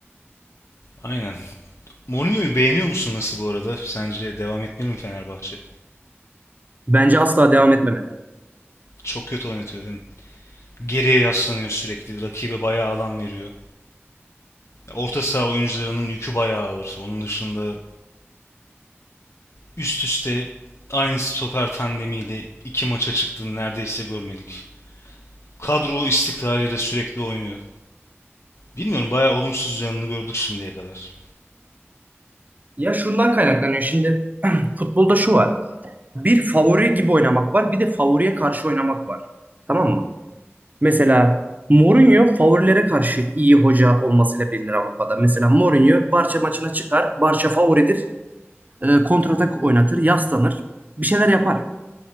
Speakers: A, on the left; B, on the right.
A: Aynen. Mourinho'yu beğeniyor musun nasıl bu arada? Sence devam etmeli mi Fenerbahçe?
B: Bence asla devam etmemeli.
A: Çok kötü oynatıyor değil mi? Geriye yaslanıyor sürekli. Rakibe bayağı alan veriyor. Orta saha oyuncularının yükü bayağı ağır. Onun dışında üst üste aynı stoper tandemiyle iki maça çıktığını neredeyse görmedik. Kadro istikrarıyla sürekli oynuyor. Bilmiyorum bayağı olumsuz yanını gördük şimdiye kadar.
B: Ya şundan kaynaklanıyor şimdi <clears throat> futbolda şu var. Bir favori gibi oynamak var, bir de favoriye karşı oynamak var. Tamam mı? Mesela Mourinho favorilere karşı iyi hoca olmasıyla bilinir Avrupa'da. Mesela Mourinho Barça maçına çıkar. Barça favoridir. E, kontratak oynatır. Yaslanır. Bir şeyler yapar.